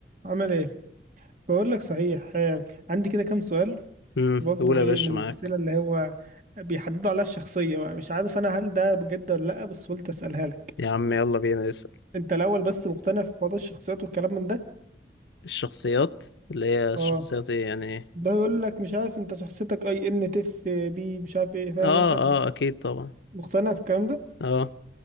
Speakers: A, on the right; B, on the left.
A: عمل ايه بقول لك صحيح آه، عندي كده كام سؤال
B: امم
A: برضه
B: قول يا
A: ايه
B: باشا
A: من
B: معاك
A: الاسئله اللي هو بيحددوا عليها الشخصيه بقى مش عارف انا هل ده بجد ولا لا بس قلت اسالها لك
B: يا عم يلا بينا نسأل
A: انت الاول بس مقتنع في حوار الشخصيات والكلام من ده
B: الشخصيات اللي هي الشخصيات
A: اه
B: ايه يعني إيه؟
A: ده يقول لك مش عارف انت شخصيتك اي ان تف بي مش عارف ايه فاهم
B: اه
A: انت ال-
B: اه اكيد طبعا
A: مقتنع في الكلام ده
B: اه